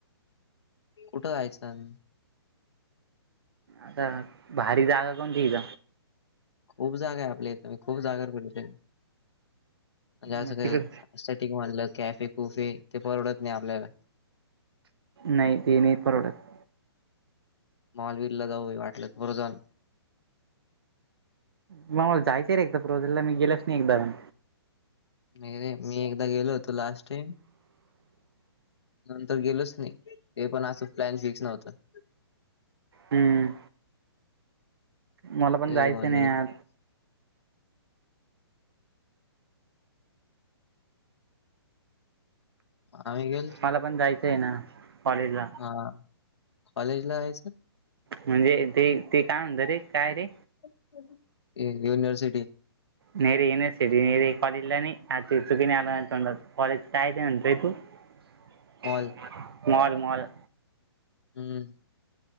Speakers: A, on the left; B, on the right.
A: कुठं जायचं
B: आता भारी जागा कोणतीथ
A: खूप जागा आहे आपल्या इथ म खूप जागा म्हणजे असं
B: मग
A: काहीट
B: तिकड
A: म्हणलं कॅफे कुफे ते परडत नाही आपल्याला
B: नाही दे नाही प्रोडक्ट
A: मॉल विल ला जाऊ वाटलं पुरं जाऊन
B: मग मला जायचं आहे र एक तर प्रोजलला मी गेलच नाही एकदाण
A: नाही रे मी एकदा गेलो होतो लास्ट टाईम नंतर गेलोच नाही ते पण असं प्लॅन फिक्स नव्हतं
B: हम्म मला
A: ते
B: पण जायचं
A: म्हणे
B: नाही आ
A: आम्ही गेल
B: मला पण जायचं आहे ना कॉलेज ला
A: हा कॉलेज ला यायचं
B: म्हणजे ते ते काय म्हणत रे, काय रे?
A: <unintelligible> युनिवर्सिटी
B: नाही रे युनिव्हर्सिटी नेरीे कॉलेजला नाही आ चुकीने आला तोंडात. कॉलेज काय ते म्हणतोय तू? <inaudible>
A: मॉल.
B: मॉल. मॉल.
A: हम्म.